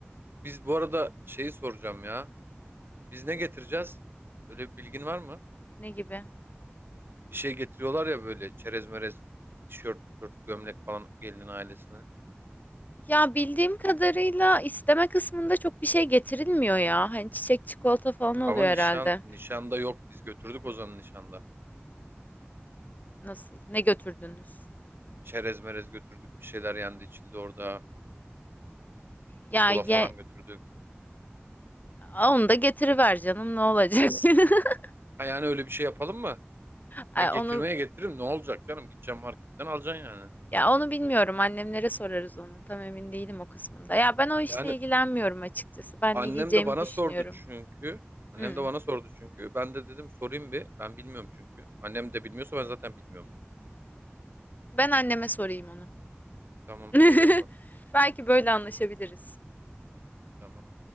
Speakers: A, on the right; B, on the left.
A: Biz bu arada şeyi soracağım ya. Biz ne getireceğiz? Öyle bir bilgin var mı?
B: Ne gibi?
A: Bir şey getiriyorlar ya böyle çerez merez tişört, tişört gömlek falan gelinin ailesine.
B: Ya bildiğim kadarıyla isteme kısmında çok bir şey getirilmiyor ya. Hani çiçek çikolata falan oluyor
A: Ama nişan
B: herhalde.
A: nişanda yok. Biz götürdük Ozan'ı nişanda.
B: Nasıl? Ne götürdünüz?
A: Çerez merez götürdük. Bir şeyler yendi içildi orada.
B: Ya
A: Kola
B: ye
A: falan götürdük.
B: Aa, onu da getiriver canım ne olacak? <laughs>
A: Ha yani öyle bir şey yapalım mı?
B: Ay,
A: Ha getirmeye
B: Onu
A: getiririm ne olacak canım? Gideceğim marketten alacaksın yani.
B: Ya onu bilmiyorum. Annemlere sorarız onu. Tam emin değilim o kısmında. Ya ben o işle
A: Yani
B: ilgilenmiyorum açıkçası. Ben
A: annem
B: ne giyeceğimi
A: de bana
B: düşünüyorum.
A: sordu çünkü. Annem
B: Hmm.
A: de bana sordu çünkü. Ben de dedim sorayım bir. Ben bilmiyorum çünkü. Annem de bilmiyorsa ben zaten bilmiyorum.
B: Ben anneme sorayım onu.
A: Tamam
B: <laughs>
A: öyle yapalım.
B: Belki böyle anlaşabiliriz.
A: Tamam.